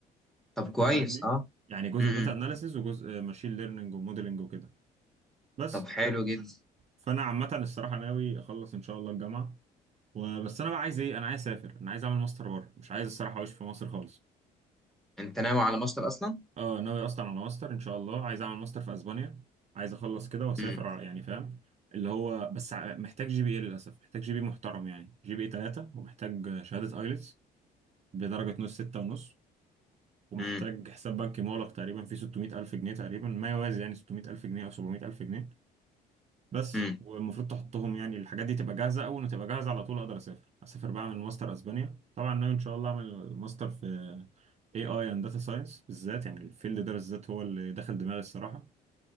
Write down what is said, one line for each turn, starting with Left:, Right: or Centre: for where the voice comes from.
Centre: طب
Right: انت
Centre: كويس
Right: فاهمني
Centre: اه
Right: يعني جزء
Centre: امم
Right: داتا اناليسيز وجزء ماشين ليرنينج وموديلنج وكده بس
Centre: طب حلو جدا
Right: فانا عامه الصراحه ناوي اخلص ان شاء الله الجامعه وبس انا بقى عايز ايه انا عايز اسافر انا عايز اعمل ماستر بره مش عايز الصراحه اعيش في مصر خالص
Centre: انت ناوي على ماستر اصلا
Right: اه ناوي اصلا على ماستر ان شاء الله عايز اعمل ماستر في اسبانيا عايز اخلص كده واسافر
Centre: امم
Right: ع- يعني فاهم اللي هو بس ع- محتاج جي بي اي للاسف محتاج جي بي محترم يعني جي بي اي 3 ومحتاج شهاده ايلتس بدرجه نص ستة ونص ومحتاج
Centre: امم
Right: حساب بنكي مغلق تقريبا فيه 600 ألف جنيه تقريبا ما يوازي يعني 600 ألف جنيه أو 700 ألف جنيه بس
Centre: امم
Right: والمفروض تحطهم يعني الحاجات دي تبقى جاهزه اول ما تبقى جاهزه على طول اقدر اسافر اسافر بقى من ماستر اسبانيا طبعا ناوي ان شاء الله اعمل ماستر في اي اي اند داتا ساينس بالذات يعني الفيلد ده بالذات هو اللي دخل دماغي الصراحه